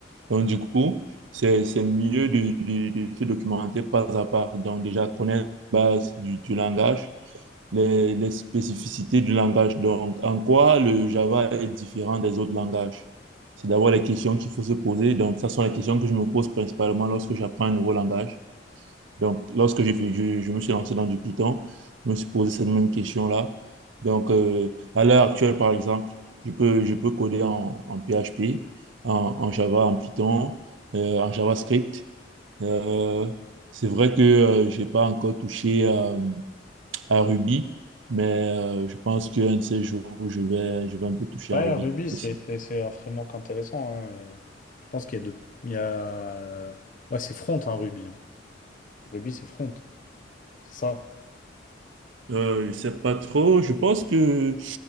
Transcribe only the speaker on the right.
Donc, du coup, c'est, c'est mieux de, de- de se documenter pas à pas. Donc, déjà, connaître la base du, du langage, les, les spécificités du langage. Donc, en quoi le Java est différent des autres langages? C'est d'abord les questions qu'il faut se poser. Donc, ça sont les questions que je me pose principalement lorsque j'apprends un nouveau langage. Donc, lorsque j'ai je, je me suis lancé dans du Python, je me suis posé cette même question-là. Donc, euh, à l'heure actuelle, par exemple, je peux, je peux coder en, en PHP, en, en Java, en Python, euh, en JavaScript. Euh, c'est vrai que euh, j'ai pas encore touché euh, à Ruby, mais euh, je pense qu'un de ces jours, je vais, je vais un peu toucher
à Ruby
aussi.
Euh, je sais pas trop. Je pense que